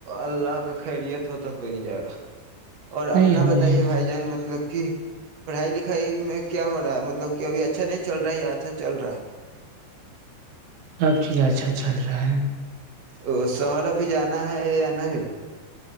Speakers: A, on the right; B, on the right.
A: اللہ کا خیریت ہو تو ہو ہی جائے گا اور
B: نہیں
A: اپنا
B: ہو
A: بتائیے
B: جائے
A: بھائی
B: گا
A: جان مطلب کہ پڑھائی لکھائی میں کیا ہو رہا ہے مطلب کہ ابھی اچھا نہیں چل رہا ہے یا اچھا چل رہا
B: سب چیزیں اچھا چل رہا ہے
A: ا شہر ابھی جانا ہے یا نہیں ہے